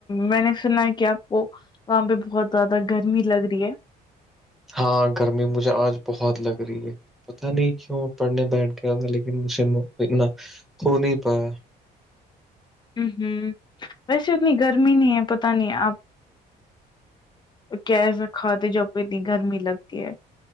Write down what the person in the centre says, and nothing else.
ہاں گرمی مجھے آج بہت لگ رہی ہے پتا نہیں کیوں پڑھنے بیٹھ گیا تھا لیکن مجھ سے اتنا کو نہیں پایا